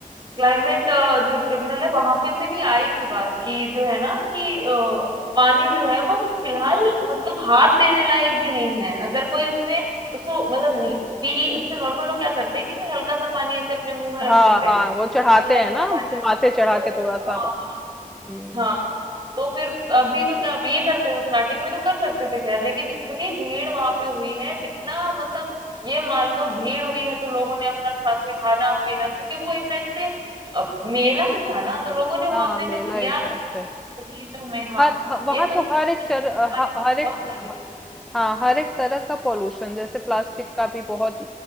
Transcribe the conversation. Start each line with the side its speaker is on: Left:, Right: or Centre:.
Right: क्लाइमेट जो ट्रिब्यूनल है वहां पे से भी आई थी बात कि जो है ना कि अ, पानी जो है वो फिलहाल मतलब हाथ देने लायक भी नहीं है अगर कोई उसमें उसको मतलब ले- पी जैसे नॉर्मल लोग क्या करते हैं कि भाई हल्का सा पानी ऐसे अपने मुंह में
Centre: हाँ
Right: रख लेते
Centre: हाँ
Right: हैं
Centre: वो चढ़ाते
Right: कि गंगा
Centre: हैं
Right: जी
Centre: ना
Right: का पानी
Centre: कि माथे चढ़ा
Right: तो
Centre: के थोड़ा सा
Right: हाँ
Centre: पा-
Right: हाँ
Centre: हम्म,
Right: हाँ, तो फिर अभी तो क्या अब ये करते थे स्टार्टिंग में तो कर सकते थे खैर लेकिन इतनी भीड़ वहां पे हुई है इतना मतलब ये मान लो भीड़ हुई है तो लोगों ने अपना साथ में खाना पीना क्योंकि वो एक टाइप से अब मेला ही था ना तो लोगों ने वहां
Centre: हाँ
Right: पे
Centre: मेला
Right: जो किया
Centre: ही
Right: है,
Centre: था उससे
Right: गंदगी जो मैं हाँ
Centre: हर वहां
Right: ये सब
Centre: तो
Right: चीजों
Centre: हर
Right: की
Centre: एक
Right: वजह
Centre: चर
Right: से वो पानी
Centre: ह-
Right: में
Centre: हर एक
Right: बहुत गंदगी
Centre: ह-
Right: हुई
Centre: हाँ हर एक तरह का पॉल्यूशन जैसे प्लास्टिक का भी बहुत